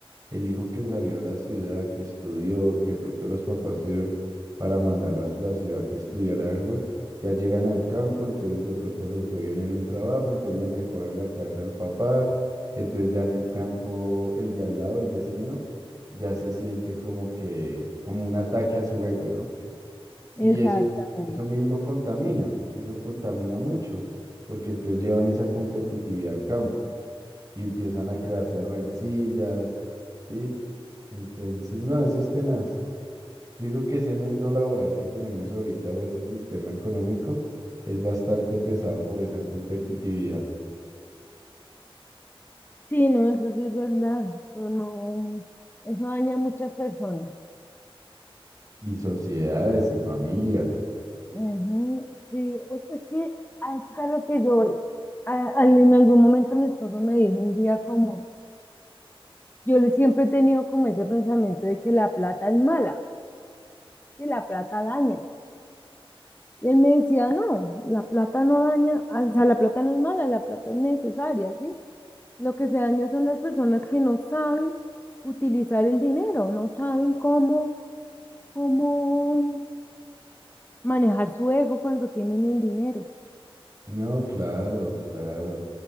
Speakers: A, on the right; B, on the left.
A: el hijo que salió a la ciudad, que estudió, que de pronto los papás tuvieron para mandarlos a la ciudad que estudiara algo, ya llegan al campo, entonces de pronto les fue bien en un trabajo, entonces le mejoran la casa al papá, entonces ya en el campo, el de al lado, el vecino, ya se siente como que, como un ataque a su ego, ¿no?
B: Exactamente.
A: Y eso, eso mismo contamina, eso contamina mucho, porque entonces llevan esa competitividad al campo y empiezan a crearse rencillas, ¿sí? Entonces, no, eso es tenaz. Yo digo que ese mundo laboral que tenemos ahorita o ese sistema económico es bastante pesado por esa competitividad
B: Sí, no, eso sí es verdad. Eso no, eso daña a muchas personas.
A: y sociedades y familias.
B: Ujú, Sí, es es que hasta lo que yo, a- al- en algún momento mi esposo me dijo un día como, yo le siempre he tenido como ese pensamiento de que la plata es mala, que la plata daña. Y él me decía, no, la plata no daña, o sea, la plata no es mala, la plata es necesaria, ¿sí? Lo que se daña son las personas que no saben utilizar el dinero, no saben cómo, cómo manejar su ego cuando tienen el dinero.
A: No, claro, claro,